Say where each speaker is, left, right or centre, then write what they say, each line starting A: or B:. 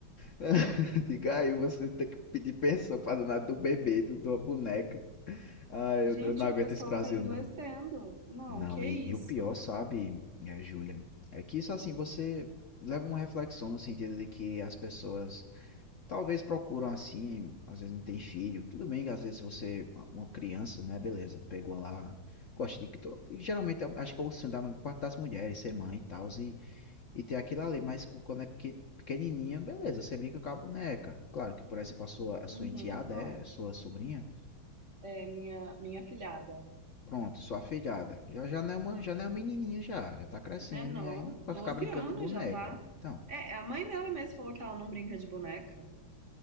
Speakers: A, on the left (about 65°); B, on the right (about 40°).
A: <laughs> Diga aí, você tem que pedir pensão pra danar do bebê, do, da boneca. Ah, eu,
B: Gente,
A: eu não aguento
B: o pessoal
A: esse Brasil,
B: tá endoecendo.
A: não.
B: Não,
A: Não,
B: que isso?
A: e, e o pior, sabe, é, Júlia, é que isso assim, você leva uma reflexão no sentido de que as pessoas talvez procuram assim, às vezes não tem filho, tudo bem que às vezes você, uma criança, né, beleza, pegou lá, gosta de que, geralmente eu acho que é o sonho da maior parte das mulheres ser mãe e tal, e e tem aquilo ali, mas com- quando é pequen- pequenininha, beleza, você brinca com a boneca. Claro que, por exemplo, a sua, a sua
B: Uhum,
A: enteada
B: qual?
A: é, a sua sobrinha,
B: É minha minha filhada.
A: pronto, sua afilhada. Já, já não é uma, já não é uma menininha já, já tá crescendo,
B: Né, não,
A: e aí não é pra
B: 12
A: ficar brincando
B: anos
A: de boneca.
B: já tá.
A: Então,
B: É, a mãe dela mesmo falou que ela não brinca de boneca.